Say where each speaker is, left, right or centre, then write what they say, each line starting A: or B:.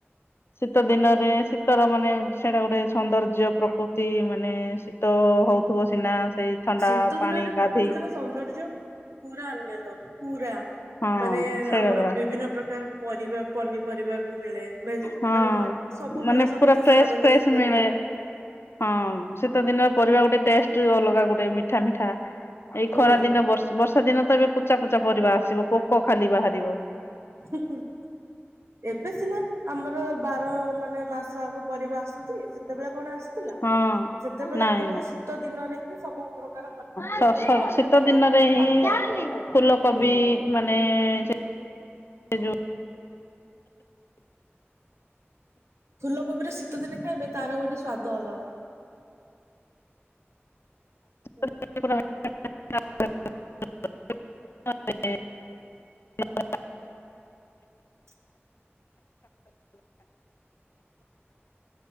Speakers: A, on the left; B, on the right.
A: ଶୀତ ଦିନରେ ଶୀତର ମାନେ ସେଇଟା ଗୋଟେ ସୌନ୍ଦର୍ଯ୍ୟ ପ୍ରକୃତି ମାନେ ଶୀତ ହଉଥିବ ସିନା। ସେଇ ଥଣ୍ଡା
B: ଶୀତ ଦିନରେ
A: ପାଣି
B: ପ୍ରକୃତିର
A: ଗାଧେଇ
B: ସୌନ୍ଦର୍ଯ୍ୟ ପୁରା ଅନ୍ୟତମ ପୁରା,
A: ହଁ
B: ମାନେ-
A: ସେଇଟା
B: ଆମର
A: ପରା
B: ବିଭିନ୍ନ ପ୍ରକାର ପରିବା ପନିପରିବା ବି ମିଳେ ଭେଜି-
A: ହଁ
B: ମାନେ ସବୁ
A: ମାନେ
B: ମିଳେ ସବୁ
A: ପୁରା
B: ଚାଷ
A: ଫ୍ରେଶ
B: କରାଯାଏ
A: ଫ୍ରେଶ
B: ଶୀତ
A: ମିଳେ।
B: ଦିନରେ।
A: ହଁ ଶୀତ ଦିନର ପରିବା ଗୋଟେ ଟେଷ୍ଟ ଅଲଗା। ଗୋଟେ ମିଠା ମିଠା ଏଇ
B: ହୁଁ
A: ଖରା ଦିନ ବର୍ଷା ଦିନ ତ ଏବେ ପୂଚା ପୁଚା ପରିବା ଆସିବ, ପୋକ ଖାଲି ବାହାରିବ।
B: <unintelligible> ଏବେ ସିନା ଆମର ବାର ମାନେ ମାସ ଆଗ ପରିବା ଆସୁଛି ସେତେବେଳେ କଣ ଆସୁ ଥିଲା,
A: ହଁ
B: ସେତେବେଳେ
A: ନାଇଁ
B: କେବଳ
A: ନାଇଁ
B: ଶୀତ ଦିନରେ ହିଁ ସବୁ ପ୍ରକାର ପନିପରିବା
A: ସ
B: ମିଳେ,
A: ସ
B: ଅନ୍ୟ
A: ଶୀତ
B: ଦିନେ
A: ଦିନରେ ହଁ
B: ଅଳ୍ପ ଅଳ୍ପ
A: ଫୁଲକୋବି
B: ହୁଁ
A: ମାନେ ସେ ଯୋଉ
B: ଫୁଲକୋବିର ଶୀତ ଦିନ ଖାଇବେ ତାର ଗୋଟେ ସ୍ଵାଦ ଅଲଗା। ହୁଁ
A: <unintelligible>
B: <inaudible> <inaudible>